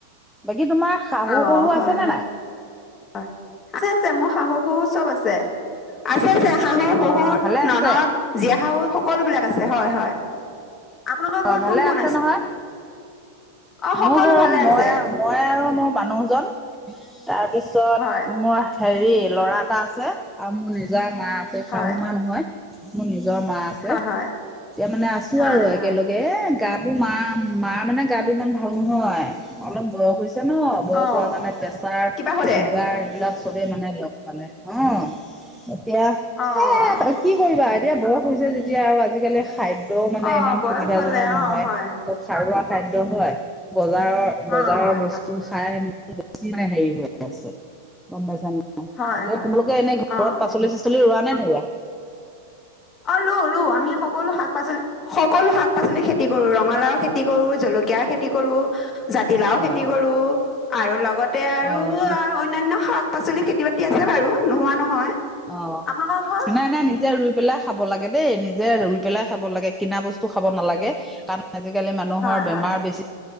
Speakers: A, in the centre; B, on the left (about 20°).
A: বাকী, তোমাৰ শাহু
B: অ',
A: শহু
B: হয়
A: আছে নে নাই?
B: হয়, আছে আছে মোৰ শাহু শহু চ'ব আছে। আছে আছে শাহু
A: অ
B: শহুৰ
A: ভালে
B: ননদ
A: আছে
B: জীয়া শাহু সকলো বিলাক আছে হয়, হয়। আপোনালোকৰ ঘৰত
A: অ', ভালে
B: কোন কোন
A: আছে নহয়।
B: অ', সকলো
A: মোৰ ঘৰত
B: ভালে
A: মই
B: আছে।
A: মই আৰু মোৰ মানুহজন তাৰপিছত
B: হয়
A: মোৰ হেৰি ল'ৰা এটা আছে আৰু মোৰ নিজা মা আছে
B: হয়
A: শাহু মা নহয়। মোৰ নিজৰ মা আছে
B: হয়
A: এতিয়া
B: হয়
A: মানে আছো
B: হয়
A: আৰু একেলগে।
B: হয়।
A: এ গাটো মাৰ মাৰ মানে গাটো ইমান ভাল নহয় অলপ বয়স হৈছে ন। বয়স
B: অ',
A: হোৱাৰ মানে প্ৰেচাৰ
B: কিবা হৈছে?
A: চুগাৰ এইবিলাক চবে মানে লগ। পালে অ' এতিয়া এ
B: অ', অ, ' অ',
A: কি কৰিবা এতিয়া বয়স হৈছে যেতিয়া আৰু আজিকালি খাদ্য ও মানে
B: অ',
A: ইমান
B: বয়স
A: সুবিধাজনক
B: হ'লে অ',
A: নহয়,
B: হয়
A: চ'ব সাৰুৱা খাদ্য হয় বজাৰৰ বজাৰৰ
B: অ', হয়
A: বস্তু খাই মান বেছি হেৰি হৈ আছে গ'ম পাইছা। এই
B: হয় হয় হয়
A: তোমালোকে এনেই ঘৰত
B: অ'।
A: পাচলি চাচলি ৰুৱা নে নৰুোৱা।
B: অ', ৰু ৰু আমি সকলো শাক পাচলি সকলো শাক পাচলি খেতি কৰো ৰঙালাও খেতি কৰো জলকীয়াৰ খেতি কৰো। জাতিলাও খেতি
A: অ',
B: কৰো আৰু লগতে আৰু
A: অ'।
B: অন্যয়ানয় শাক। পাচলি খেতি বাতি আছে বাৰু, নোহোৱা নহয়।
A: অ',
B: আপোনালোকৰ ঘৰত
A: ন নাই নাই নিজে ৰুই পেলাই খাব লাগে দেই নিজে ৰুই পেলাই খাব লাগে কিনা বস্তু খাব নালাগে কাৰণ আজিকালি মানুহৰ
B: হয়
A: বেমাৰ
B: হয়
A: বেছি।